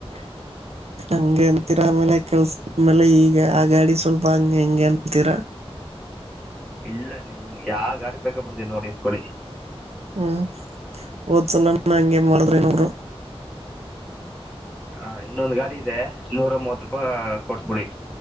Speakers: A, on the right (about 80°); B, in the centre.
A: <inaudible> ಹಂಗೆ ಅಂತೀರ ಆಮೇಲೆ ಕೆಲಸದ ಮೇಲೆ ಈಗ ಆ ಗಾಡಿ ಸ್ವಲ್ಪ ಹಂಗೆ ಹಿಂಗೆ ಅಂತೀರಾ.
B: ಇಲ್ಲ ನಿಮ್ ಯಾವ ಗಾಡಿ ಬೇಕ ಬಂದೀ ನೋಡಿ ಇತ್ಕೊಳಿ
A: ಹ್ಮ್ ಓದ್ಸಲನ ಹಂಗೆ ಮಾಡ್ರೆನಾವರೂ
B: ಹ ಇನ್ನೊಂದು ಗಾಡಿ ಇದೆ ನೂರ ಮೂವತ್ ರೂಪಾಯ ಕೊಟ್ಬಿಡಿ